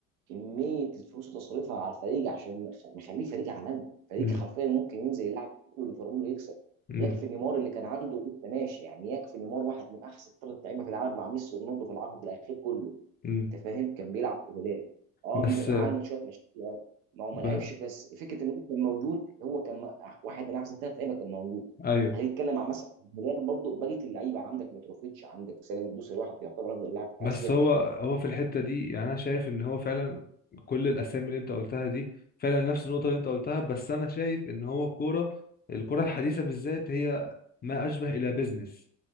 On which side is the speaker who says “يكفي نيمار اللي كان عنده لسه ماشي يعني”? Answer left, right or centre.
Right